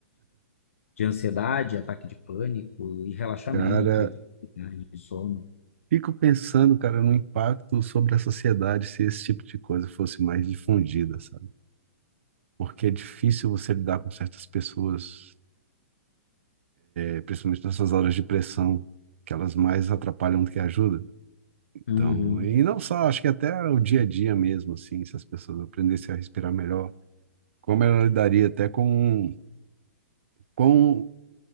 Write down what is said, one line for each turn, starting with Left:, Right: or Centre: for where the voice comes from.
Left: de ansiedade, ataque de pânico e relaxamento
Right: Cara,
Left: e dificuldade de sono.
Right: fico pensando, cara, no impacto sobre a sociedade se esse tipo de coisa fosse mais difundida, sabe? Porque é difícil você lidar com certas pessoas é, principalmente nessas horas de pressão, que elas mais atrapalham do que ajudam.
Left: Uhum,
Right: Então, e não só, acho que até o dia a dia mesmo, assim, se as pessoas aprendessem a respirar melhor, como ela lidaria até com, com